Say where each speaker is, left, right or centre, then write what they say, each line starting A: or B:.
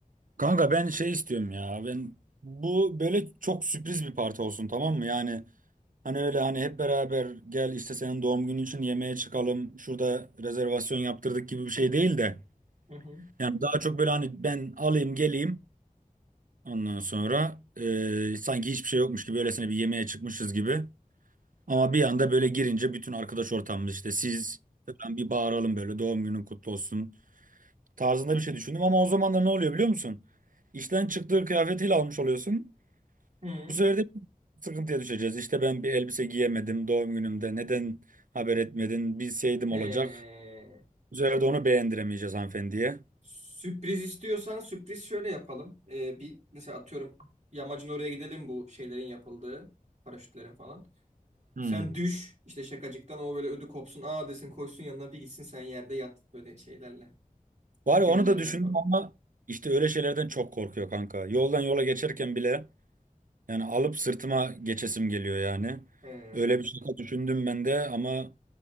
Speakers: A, on the right; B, on the right.
A: Kanka ben şey istiyorum ya. Ben bu böyle çok sürpriz bir parti olsun tamam mı? Yani hani öyle hani hep beraber gel işte senin doğum günün için yemeğe çıkalım. Şurada rezervasyon yaptırdık gibi bir şey değil de.
B: Hı hı.
A: Yani daha çok böyle hani ben alayım geleyim. Ondan sonra e, sanki hiçbir şey yokmuş gibi öylesine bir yemeğe çıkmışız gibi. Ama bir anda böyle girince bütün arkadaş ortamımız işte siz falan bir bağıralım böyle doğum günün kutlu olsun tarzında bir şey düşündüm ama o zaman da ne oluyor biliyor musun? İşten çıktığı kıyafetiyle almış oluyorsun.
B: Hı.
A: Bu sefer de sıkıntıya düşeceğiz. İşte ben bir elbise giyemedim doğum günümde. Neden haber etmedin? Bilseydim
B: He.
A: olacak. Bu sefer de onu beğendiremeyeceğiz hanımefendiye.
B: Sürpriz istiyorsan sürpriz şöyle yapalım. Ee, bir mesela atıyorum yamacın oraya gidelim bu şeylerin yapıldığı paraşütlerin falan.
A: Hmm.
B: Sen düş işte şakacıktan o böyle ödü kopsun. Aa desin koysun yanına bir gitsin sen yerde yat böyle şeylerle.
A: Var
B: Güllerle
A: ya onu da düşündüm
B: falan.
A: ama işte öyle şeylerden çok korkuyor kanka. Yoldan yola geçerken bile yani alıp sırtıma geçesim geliyor yani.
B: He.
A: Öyle bir şey düşündüm ben de ama